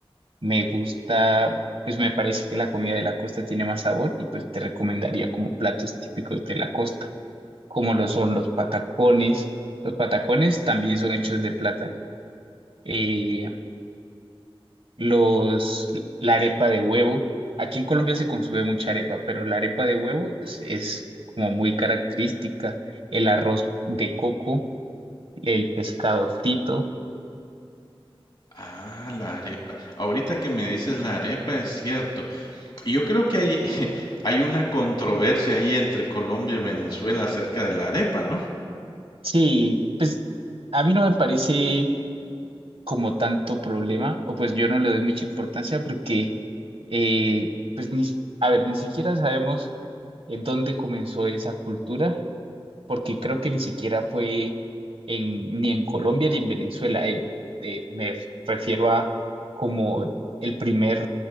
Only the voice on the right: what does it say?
me gusta, pues me parece que la comida de la costa tiene más sabor y pues te recomendaría como platos típicos de la costa, como lo son los patacones. Los patacones también son hechos de plátano. Eh, los, la arepa de huevo. Aquí en Colombia se consume mucha arepa, pero la arepa de huevo pues, es como muy característica. El arroz de coco, el pescado frito.
Sí, pues a mí no me parece como tanto problema, o pues yo no le doy mucha importancia porque, eh, pues, ni, a ver, ni siquiera sabemos en dónde comenzó esa cultura porque creo
que ni siquiera fue en, ni en Colombia ni en Venezuela. eh, eh, me refiero a como el primer